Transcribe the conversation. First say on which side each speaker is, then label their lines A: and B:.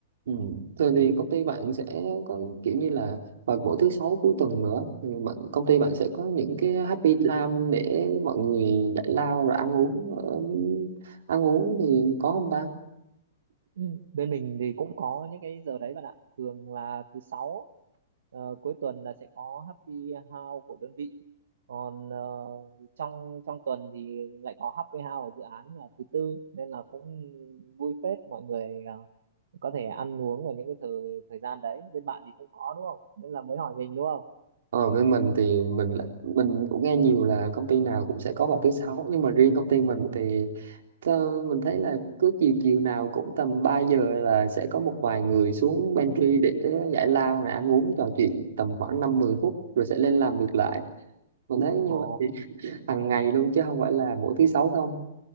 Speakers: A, on the right; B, on the right.
A: Ừ. Thường thì công ty bạn sẽ có kiểu như là vào mỗi thứ sáu cuối tuần nữa thì bạn công ty bạn sẽ có những cái happy time để mọi người giải lao rồi ăn uống ở, ăn uống thì có không ta
B: Ừ. Bên mình thì cũng có những cái giờ đấy bạn ạ. Thường là thứ sáu ờ, cuối tuần là sẽ có happy hour của đơn vị. Còn ờ, trong trong tuần thì lại có happy hour ở dự án là thứ tư nên là cũng vui phết mọi người ờ, có thể ăn uống vào những cái thời thời gian đấy. Bên bạn thì cũng có đúng không? Nên là mới hỏi mình đúng không?
A: Ở bên mình thì mình lại- mình cũng nghe nhiều là công ty nào cũng sẽ có vào thứ sáu nhưng mà riêng công ty mình thì tơ- mình thấy là cứ chiều chiều nào cũng tầm 3 giờ là sẽ có một vài người xuống pantry để giải lao rồi ăn uống trò chuyện tầm khoảng năm mười phút rồi sẽ lên làm việc lại. Mình thấy như
B: Ồ.
A: vậy hàng ngày luôn chứ không phải là mỗi thứ sáu không.